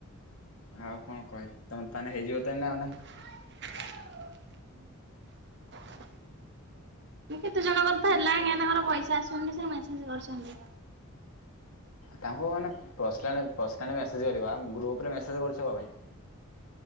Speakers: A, on the left; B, on the right.
A: ଆଉ କଣ କହିବି ତମେ ତାହେନେ ହେଇଯିବ ତ ଆଉ ଏଇନା ନକଣ?
B: <unintelligible> ମୁ କେତେ ଜଣଙ୍କରତ ହେଲାଣି ଆଜ୍ଞା ତାଙ୍କର ପଇସା ଆସୁଛନ୍ତି ସେ ମେସେଜ କରୁଛନ୍ତି।
A: ତାଙ୍କୁ ମାନେ ପର୍ସନାଲ୍ ପର୍ସନାଲ ମେସେଜ୍ କରିବ ଗ୍ରୁପ ରେ ମେସେଜ୍ କରୁଛ କଣ ପାଇଁ।